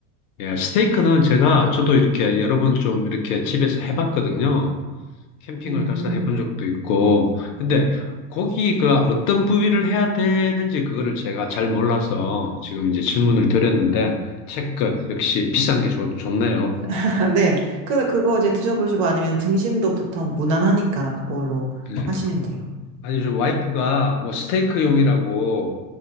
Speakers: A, on the left (about 60°); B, on the right (about 40°).
A: 예, 스테이크는 제가 저도 이렇게 여러 번 좀 이렇게 집에서 해봤거든요. 캠핑을
B: 음.
A: 가서 해본 적도 있고. 근데 고기가 어떤 부위를 해야 되는지 그거를 제가 잘 몰라서 지금 이제 질문을 드렸는데 채끝 역시 비싼 게 좋, 좋네요.
B: <laughs> 네. 근데 그거 이제 드셔보시고 아니면 등심도 보통 무난하니까 그걸로
A: 네.
B: 하시면 돼요.
A: 아니, 저 와이프가 뭐 스테이크용이라고